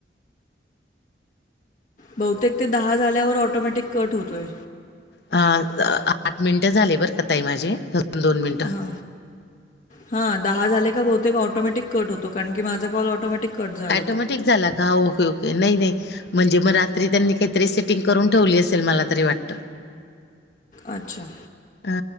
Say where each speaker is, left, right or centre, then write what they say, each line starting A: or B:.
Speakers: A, on the left; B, on the left.
A: बहुतेक ते दहा झाल्यावर ऑटोमॅटिक कट होतोय.
B: हा आठ मिनिटं झाले बरं का ताई माझे. अजून दोन मिनिटं
A: हां हां दहा झाले का बहुतेक ऑटोमॅटिक कट होतो. कारण की माझा कॉल ऑटोमॅटिक कट झाला
B: ऑटोमॅटिक
A: तो.
B: झाला का ओके ओके नाही नाही म्हणजे मग रात्री त्यांनी काहीतरी सेटिंग करून ठेवली असेल मला तरी वाटत
A: अच्छा
B: हा